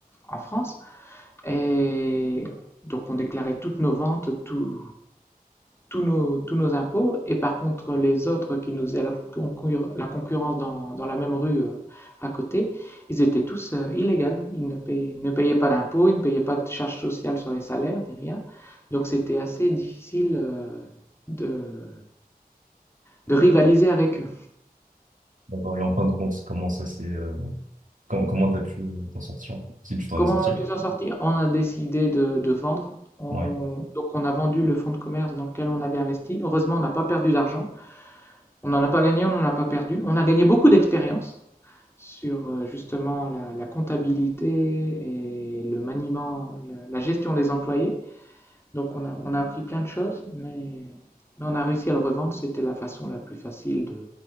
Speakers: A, on the left; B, on the right.
A: en France. Et donc on déclarait toutes nos ventes, tout, tous nos, tous nos impôts. Et par contre, les autres qui nous faisaient la, concurrence dans, dans la même rue euh, à côté, ils étaient tous euh, illégaux. Ils ne payaient, ne payaient pas d'impôts, ils ne payaient pas de charges sociales sur les salaires, ni rien. Donc c'était assez difficile euh, de, de rivaliser avec eux.
B: d'accord. Et en fin de compte, comment ça s'est, euh, com- comment t'as pu t'en sortir, si tu t'en
A: Comment
B: es sorti?
A: on a pu s'en sortir? On a décidé de, de vendre. On-
B: Ouais.
A: donc on a vendu le fonds de commerce dans lequel on avait investi. Heureusement, on n'a pas perdu d'argent. On n'en a pas gagné, on n'en a pas perdu. On a gagné beaucoup d'expérience. sur euh, justement la, la comptabilité et le maniement, la, la gestion des employés. Donc on a, on a appris plein de choses, mais, mais on a réussi à le revendre. C'était la façon la plus facile de,